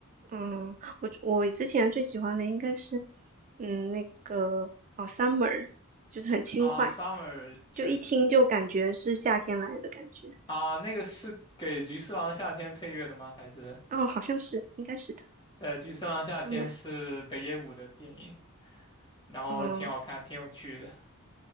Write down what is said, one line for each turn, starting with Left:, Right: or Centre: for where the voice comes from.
Right: 嗯，我我之前最喜欢的应该是，嗯，那个哦，summer，就是很轻快，
Left: 啊，Summer 确实
Right: 就一听就感觉是夏天来的感觉。
Left: 啊，那个是给《菊次郎的夏天》配乐的吗？还是
Right: 哦，好像是，应该是的
Left: 对，《菊次郎夏天》是北野武的电影。
Right: ，summer。
Left: 然后挺好看，
Right: 嗯
Left: 挺有趣的。